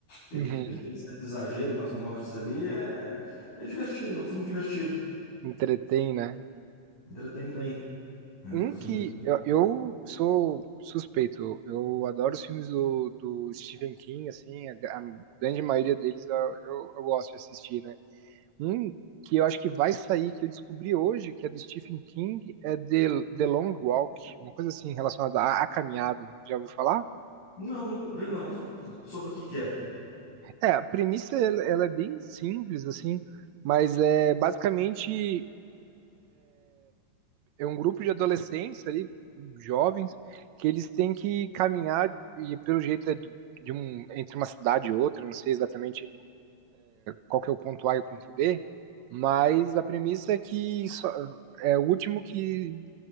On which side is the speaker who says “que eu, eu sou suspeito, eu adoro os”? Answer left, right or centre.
Right